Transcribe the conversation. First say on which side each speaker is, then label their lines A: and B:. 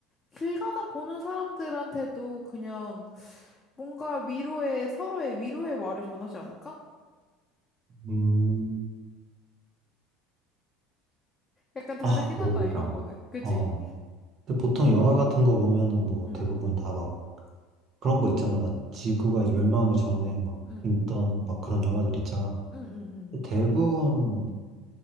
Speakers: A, on the left (about 25°); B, on the right (about 45°).
A: 길 가다 보는 사람들한테도 그냥 뭔가 위로의 서로의 위로의 말을 전하지 않을까?
B: 음,
A: 약간 다르긴
B: 아, 모르겠다.
A: 하다. 이런 거는. 그지?
B: 어. 근데 보통 영화 같은 거 보면은 뭐
A: 응.
B: 대부분 다 막 그런 거 있잖아. 막 지구가 멸망하기 전에 막
A: 응.
B: 있던 막 그런 영화들 있잖아.
A: 응. 응. 응.
B: 대부분